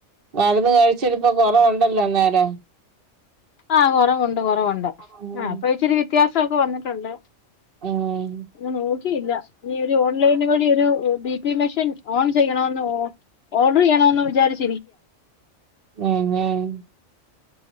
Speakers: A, on the right; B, on the left.
A: മരുന്ന് കഴിച്ചിട്ടിപ്പം കൊറവുണ്ടല്ലോ അന്നേരം
B: ആഹ് കൊറവൊണ്ട് കൊറവൊണ്ട്
A: ഉം
B: ആ ഇപ്പൊ ഇച്ചിരി വ്യത്യാസൊക്കെ വന്നിട്ടൊണ്ട്
A: ഉം
B: ഞാൻ നോക്കിയില്ല ഇനി ഒരു ഓൺലൈന് വഴി ഒരു ബി പി മെഷീൻ ഓൺ ചെയ്യണവെന്ന് ഓർടറെയ്യെണമെന്ന് വിചാരിച്
A: ഉം ഉം